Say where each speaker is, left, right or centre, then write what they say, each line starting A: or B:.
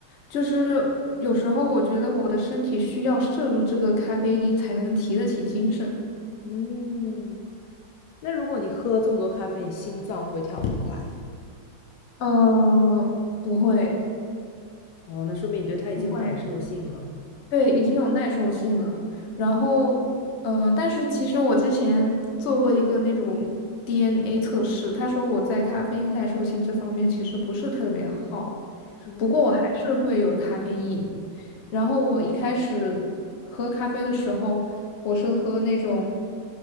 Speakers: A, on the left; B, on the left.
A: 就是有时候我觉得我的身体需要摄入这个咖啡因才能提得起精神。
B: 嗯，那如果你喝这么多咖啡，你心脏会不会跳很快？
A: 嗯，不会，
B: 哦，那说明你对它已经有耐受性了。
A: 不会。对，已经有耐受性了。然后，嗯、但是其实我之前做过一个那种 DNA 测试，他说我在咖啡因耐受性这方面其实不是特别好，
B: 哦，
A: 不过我还是会有咖啡因。然后我一开始喝咖啡的时候，我是喝那种，